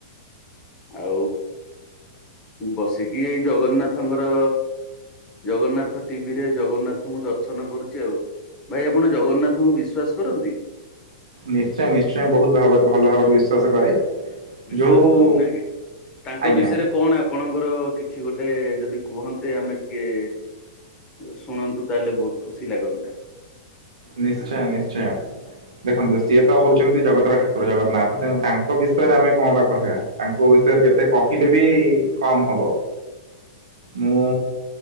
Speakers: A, on the left; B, on the right.
A: ଆଉ। ବସିକି ଏଇ ଜଗନ୍ନାଥଙ୍କର। ଜଗନ୍ନାଥ ଟିଭି ରେ ଜଗନ୍ନାଥଙ୍କୁ ଦର୍ଶନ କରୁଛି ଆଉ। ଭାଇ ଆପଣ ଜଗନ୍ନାଥଙ୍କୁ ବିଶ୍ୱାସ କରନ୍ତି।
B: ନିଶ୍ଚୟ ନିଶ୍ଚୟ ବହୁତ ଭାବରେ ଭଲ ଭାବରେ ବିଶ୍ଵାସ କରେ।
A: ବିଶ୍ବାାସ
B: ଯୋଉ
A: କରନ୍ତି ନା କି ତାଙ୍କ
B: ଆଜ୍ଞା
A: ବିଷୟରେ କଣ ଆପ ଆପଣଙ୍କର କିଛି ଗୋଟେ ଯଦି କୁହନ୍ତେ ଆମେ ଟିକେ ଶୁଣନ୍ତୁ ତାହେଲେ ବହୁତ ଖୁସି ଲାଗନ୍ତା।
B: ନିଶ୍ଚୟ ନିଶ୍ଚୟ। ଦେଖନ୍ତୁ ସିଏ ତ ହଉଛନ୍ତି ଜଗତର ଠାକୁର ଜଗନ୍ନାଥ ତେଣୁ ତାଙ୍କ ବିଷୟରେ ଆମେ କଁ ବା କହିବା। ତାଙ୍କ ବିଷୟରେ ଯେତେ କହିଲେ ବି କମ୍ ହବ। ମୁଁ